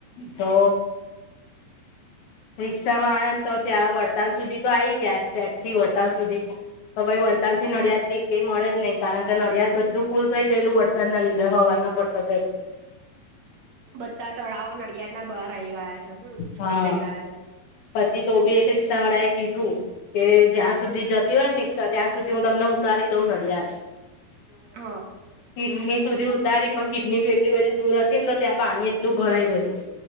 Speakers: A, on the left (about 65°); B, on the right (about 55°).
A: તો રિક્ષામોયા ને તો ત્યાં વડતાલ સુધી તો આવી ગયા પેગ થી વડતાલ સુધી તો ભાઈ વડતાલ થી નળિયા
B: હા
A: છે કે મળે જ નહી કારણ કે નડિયાદ બધું ફૂલ થઈ ગયેલું વ <unintelligible>
B: બધા તળાવ નડિયાદના બહાર આવી ગયા છે, હમ છલકાઈ
A: હા
B: ગયા છે,
A: પછી તો બી એક રીક્ષા વાળા એ કીધું કે જ્યાં સુધી જતી હોય ને રિક્ષા ત્યાં સુધી હું તમને ઉતારી દઉં નડિયાદ
B: હા
A: કિડની સુધી ઉતારી પણ કિડની બી એટલી બધી દૂર હતી ને તો ત્યાં પાણી એટલું ભરાઈ ગયું